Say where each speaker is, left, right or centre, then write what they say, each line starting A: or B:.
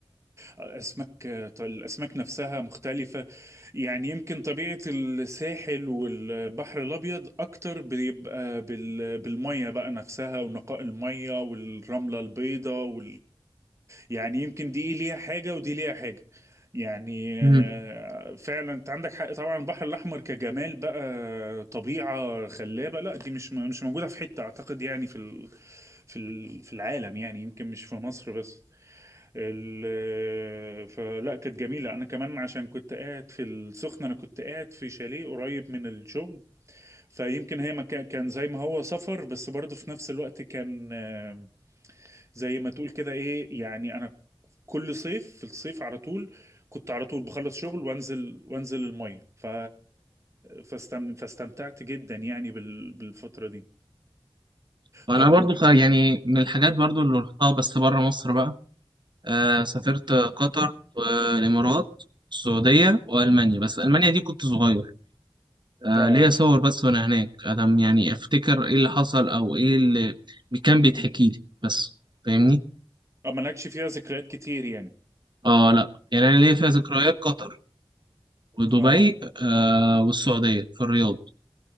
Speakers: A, on the right; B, on the right.
A: اسماك الاسماك نفسها مختلفه يعني يمكن طبيعه الساحل والبحر الابيض اكتر بيبقى بال- بالميه بقى نفسها ونقاء الميه والرمله البيضاء يعني يمكن دي إيه ليها حاجة ودي ليها حاجة يعني
B: مم.
A: آه، فعلا انت عندك حق طبعا البحر الاحمر كجمال بقى طبيعة خلابة لا دي مش مش موجودة في حتة اعتقد يعني في ال في ال في العالم يعني يمكن مش في مصر بس ال آه، فلا كانت جميلة انا كمان عشان كنت قاعد في السخنة انا كنت قاعد في شاليه قريب من الشغل فيمكن هي ما كان كان زي ما هو سفر بس برضه في نفس الوقت كان آه، زي ما تقول كده ايه يعني انا كل صيف في الصيف على طول كنت على طول بخلص شغل وانزل وانزل الميه ف فاستم... فاستمتعت جدا يعني بال... بالفتره دي
B: وانا
A: طب
B: برضو
A: و...
B: خ- يعني من الحاجات برضو اللي رحتها بس بره مصر بقى آه سافرت قطر والامارات السعودية والمانيا بس المانيا دي كنت صغير آه
A: اه
B: ليا صور بس وانا هناك ادم يعني افتكر ايه اللي حصل او ايه اللي كان بيتحكي لي بس فاهمني
A: آه، مالكش فيها ذكريات كتير يعني
B: اه لا يعني انا ليا فيها ذكريات قطر ودبي
A: اه
B: آه والسعوديه في الرياض